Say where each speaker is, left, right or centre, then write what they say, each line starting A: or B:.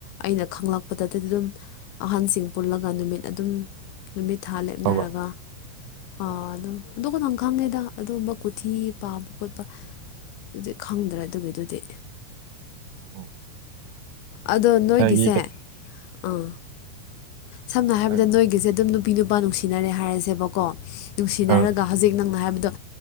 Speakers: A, on the left; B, on the right.
A: ꯑꯩꯅ ꯈꯪꯂꯛꯄꯗꯗꯤ ꯑꯗꯨꯝ ꯑꯍꯟꯁꯤꯡ ꯄꯨꯜꯂꯒ ꯅꯨꯃꯤꯠ ꯑꯗꯨꯝ ꯅꯨꯃꯤꯠ ꯊꯥ ꯂꯦꯞꯅꯔꯒ
B: ꯐꯕ
A: ꯑ
B: ꯎꯝ
A: ꯑꯗꯨꯝ ꯑꯗꯨ ꯀꯩꯅꯣꯝ ꯈꯪꯉꯦꯗ ꯑꯗꯨꯒꯨꯝꯕ ꯀꯨꯊꯤ ꯄꯥꯕ ꯈꯣꯠꯄ ꯑꯗꯨꯗꯤ ꯈꯪꯗ꯭ꯔꯥ ꯑꯗꯨꯒꯤꯗꯨꯗꯤ
B: ꯎꯝ
A: ꯑꯗꯣ
B: ꯉꯁꯥꯏꯒꯤ
A: ꯅꯣꯏꯒꯤꯁꯦ ꯑꯥ ꯁꯝꯅ ꯍꯥꯏꯔꯕꯗ
B: ꯍꯥꯏꯌꯣ ꯍꯥꯏꯌꯣ
A: ꯅꯣꯏꯒꯤꯁꯦ ꯑꯗꯨꯝ ꯅꯨꯄꯤ ꯅꯨꯄꯥ ꯅꯨꯡꯁꯤꯅꯔꯦ ꯍꯥꯏꯔꯁꯦꯕꯀꯣ ꯅꯨꯡꯁꯤꯅꯔꯒ
B: ꯑꯥ
A: ꯍꯧꯖꯤꯛ ꯅꯪꯅ ꯍꯥꯏꯕꯗꯣ